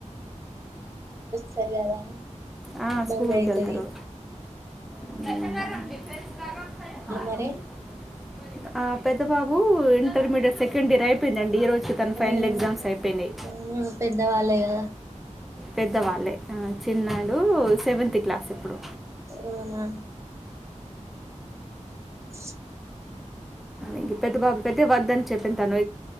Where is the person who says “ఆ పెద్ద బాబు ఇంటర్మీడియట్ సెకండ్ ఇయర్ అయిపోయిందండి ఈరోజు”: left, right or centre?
Centre